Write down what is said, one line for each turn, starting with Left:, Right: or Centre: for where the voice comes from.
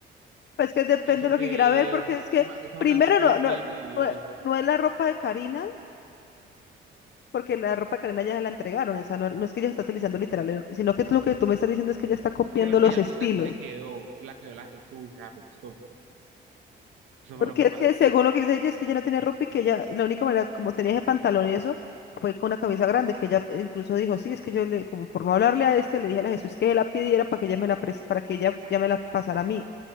Left: Pues que depende
Right: Eso
Left: de
Right: que
Left: lo que quiera ver, porque
Right: es,
Left: es que
Right: esa esa es una
Left: primero
Right: estúpida
Left: no, no,
Right: envidiosa.
Left: no, e- no es la ropa de Karina. Porque la ropa Karena ya se la entregaron, o sea, no, no es que ella está utilizando literal, el- sino que lo que tú me estás diciendo es que ella está copiando
Right: Es que la pijamita
Left: los estilos.
Right: sí se quedó, se la quedó la Jesús y se la prestó. Eso
Left: Porque
Right: fue lo que
Left: es
Right: pasó.
Left: que según lo que dice ella, es que ella no tiene ropa y que ella, la única manera, como tenía ese pantalón y eso, fue con una camisa grande, que ella incluso dijo, sí, es que yo le, como por no hablarle a este, le dije a la Jesús que la pidiera para que ella me la pres- para que ella ya me la pasara a mí.